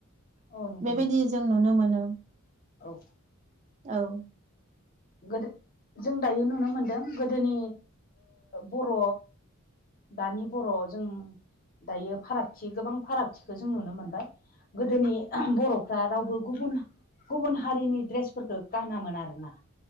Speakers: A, on the left; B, on the right.
A: औ नंगौ
B: बेबायदि
A: नोंथां औ
B: जों नुनो मोनो
A: औ
B: औ
A: गोदो जों दायो नुनो मोनदों गोदोनि बर' दानि बर' जों दायो फारागथि गोबां फारागथिखौ जों नुनो मोनबाय गोदोनि बर'फ्रा रावबो गुबुन गुबुन हारिनि ड्रेसफोरखौ गानामोन आरोना